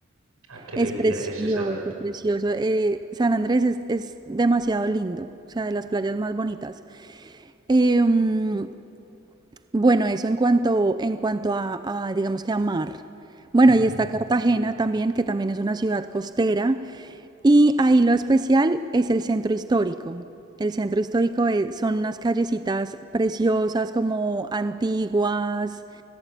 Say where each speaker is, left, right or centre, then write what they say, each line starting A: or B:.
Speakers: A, on the right (about 85°); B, on the right (about 20°).
A: Ah, qué bello
B: Es precioso,
A: tiene que ser esa vista.
B: precioso. eh, San Andrés es, es demasiado lindo, o sea, de las playas más bonitas. Em, bueno, eso en cuanto, en cuanto a, a, digamos que a mar. Bueno,
A: Ujú.
B: y está Cartagena también, que también es una ciudad costera. Y ahí lo especial es el centro histórico. El centro histórico es- son unas callecitas preciosas, como antiguas.